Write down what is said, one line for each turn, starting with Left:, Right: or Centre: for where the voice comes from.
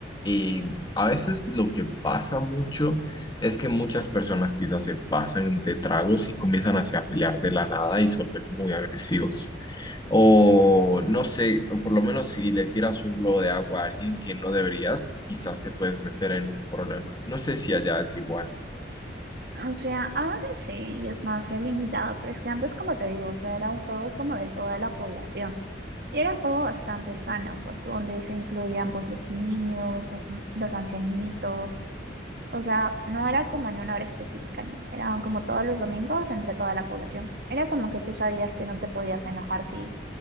Left: Y a veces lo que pasa mucho es que muchas personas quizás se pasan de tragos y comienzan así a pelear de la nada y se vuelven muy agresivos. O no sé, o por lo menos si le tiras un globo de agua a alguien que no deberías, quizás te puedes meter en un problema. No sé si allá es igual.
Right: O sea, ahora sí, y es más, se ha limitado, pero es que antes, como te digo, o sea, era un juego como de toda la población. Y era un juego bastante sano, pues, donde se incluían, pues, los niños, los, los ancianitos. O sea, no era como en una hora específica, no. Eran como todos los domingos entre toda la población. Era como que tú sabías que no te podías enojar si